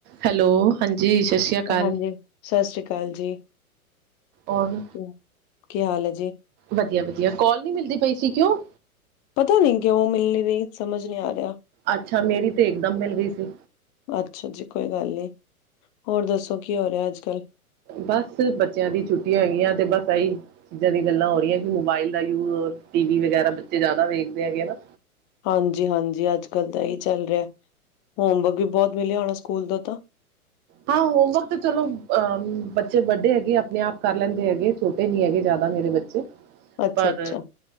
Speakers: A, on the right; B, on the left.
A: Hello. ਹਾਂਜੀ ਸਤਿ ਸ਼੍ਰੀ ਅਕਾਲ
B: ਹਾਂਜੀ, ਸਤਿ ਸ੍ਰੀ ਅਕਾਲ ਜੀ।
A: ਔਰ
B: ਕੀ ਕੀ ਹਾਲ ਹੈ ਜੀ
A: ਵਧੀਆ-ਵਧੀਆ, ਕੋਾਲ ਨੀ ਮਿਲਦੀ ਪਈ ਸੀ ਕਿਉਂ?
B: ਪਤਾ ਨਹੀਂ ਕਿਉਂ ਮਿਲ ਨਹੀਂ ਰਹੀ, ਸਮਝ ਨਹੀਂ ਆ ਰਿਹਾ।
A: ਅੱਛਾ, ਮੇਰੀ ਤੇ ਇਕ ਦਮ ਮਿਲ ਗਈ ਸੀ।
B: ਅੱਛਾ ਜੀ, ਕੋਈ ਗੱਲ ਨੀ। ਹੋਰ ਦੱਸੋ, ਕੀ ਹੋ ਰਿਹਾ ਅੱਜ ਕੱਲ?
A: ਬਸ ਬੱਚਿਆਂ ਦੀ ਛੁੱਟੀਆਂ ਹੈਗੀਆਂ ਤੇ ਬਸ ਇਹੀ ਚੀਜ਼ਾਂ ਦੀ ਗੱਲਾਂ ਹੋ ਰਹੀਆਂ ਕਿ ਮੋਬਾਇਲ ਦਾ ਯੂਜ, ਟੀ ਵੀ ਵਗੈਰਾ ਬੱਚੇ ਜ਼ਿਆਦਾ ਵੇਖਦੇ ਹੈਗੇ ਨਾ।
B: ਹਾਂਜੀ-ਹਾਂਜੀ, ਅੱਜ ਕੱਲ੍ਹ ਤਾਂ ਇਹੀ ਚੱਲ ਰਿਹਾ। ਹੋਮਵਰਕ ਵੀ ਬਹੁਤ ਮਿਲਿਆ ਹੋਣਾ ਸਕੂਲ ਦਾ ਤਾਂ?
A: ਹਾਂ ਹੋਮਵਰਕ ਤਾਂ ਚਲੋ ਅਹ ਬੱਚੇ ਵੱਡੇ ਹੈਗੇ ਆਪਣੇ ਆਪ ਕਰ ਲੈਂਦੇ ਹੈਗੇ, ਛੋਟੇ ਨਹੀਂ ਹੈਗੇ ਜ਼ਿਆਦਾ ਮੇਰੇ ਬੱਚੇ।
B: ਅੱਛਾ-ਅੱਛਾ।
A: ਪਰ